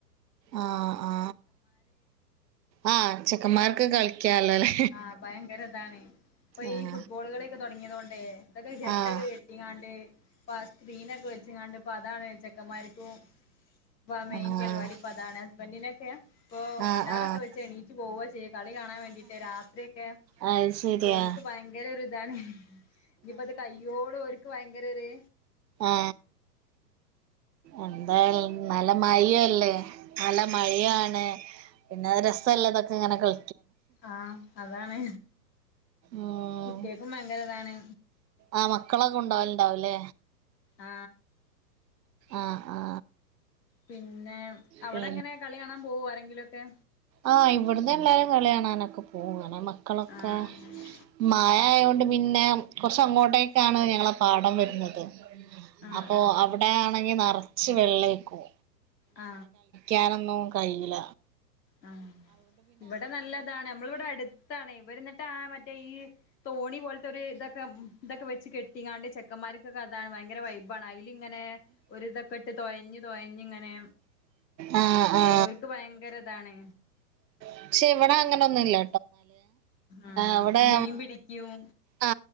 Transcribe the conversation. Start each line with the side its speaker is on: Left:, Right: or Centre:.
Right: ആ ആ ആ ചെക്കന്മാർക്ക് കളിക്കല്ലോല്ലേ
Left: ആ ഭയങ്കരതാണ് ഇപ്പൊ
Right: ആഹ്
Left: ഈ ഫുട്ബോളുകളൊക്കെ തുടങ്ങിയതോണ്ടേ ഇതൊക്കെ ഹെഡൊക്കെ
Right: ആഹ്
Left: കെട്ടിങ്ങാണ്ട് അ സ്ക്രീനൊക്കെ വെച്ച കണ്ട ഇപ്പോ അതാണ് ചെക്കന്മാർരിക്കും വ മെയിൻ
Right: ആഹ്
Left: പരിപാടി ഇപ്പോൊ അതാണ് ഹസ്ബൻഡിനൊക്കെയ ഇപ്പോൊ
Right: ആഹ്
Left: അലാറ
Right: ആഹ്
Left: ഒക്കെ വെച്ച് എണീറ്റ് പോവുകയ ചെയ്യ കളി കാണാൻ വേണ്ടിട്ട് മറ്റേ രാത്രി ഒക്കെ
Right: അത് ശരിയാ
Left: പോലക്ക് ഭയങ്കര ഇതാണ് ഇയിപ്പ അത് കയ്യോലും ഭയങ്കരര്
Right: ആ എന്താ നല്ല മയ ല്ലേ നല്ല മഴയാണ് പിന്നെ രസല്ല ഇതൊക്കെ ഇങ്ങനെ കള
Left: ആ അതാണ്
Right: ഉം
Left: കുട്ടികക്കും ഭയങ്കര ഇതാണ്
Right: ആ മക്കളൊക്കെ ഉണ്ടകലുണ്ടാവൂല്ലേ
Left: ആ
Right: ആ ആ
Left: പിന്നെ അവിടെ
Right: പി
Left: എങ്ങനെ കളി കാണാൻ പോവോ ആരെങ്കിലുമൊക്കെ
Right: ആ ഇവിടന്ന് എല്ലാരും കളിയ കാണാനൊ ഒക്കെ പോങ്ങനെ മക്കളൊക്കെ
Left: ആഹ് ആഹ്
Right: മായ ആയൊണ്ട് പിന്നെ കുറച്ച അങ്ങോട്ടേക്കാണ് ഞങ്ങളുടെ പാഠം വരുന്നത്
Left: ആഹ്
Right: അപ്പോൾ
Left: ആഹ്
Right: അവിടെയാണെങ്കിൽ നിറ ച്ച് വെള്ളേക്കൂ
Left: ആ
Right: നൊന്നും കഴിയില
Left: ഉം ഇവിടെ നല്ലതാണ് നമ്മളിവിടെ അടുത്താണ് ഇവര എന്നിട്ട് ആ മറ്റേ ഈ തോണി പോലത്തെ ഒരു ഇതൊക്കെ ഇതൊക്കെ വെച്ച് കെട്ടിങ്ങാണ്ട് ചെക്കന്മാർക്കൊക്കെ അതാണ് ഭയങ്കര വൈബാണ് അതില ഇങ്ങനെ ഒരുരിതൊക്കെട്ട് തോഴഞ്ഞു തൊഴഞ്ഞ ഇങ്ങനെ
Right: ആ! ആ!
Left: ഓര്ക്ക് ഭയങ്കര ഇതാണ്
Right: പക്ഷെ ഇവടെ അങ്ങനൊന്നുംല്ല
Left: ആഹ്
Right: അവിടെ
Left: മീൻ പിടിക്കും
Right: ആ.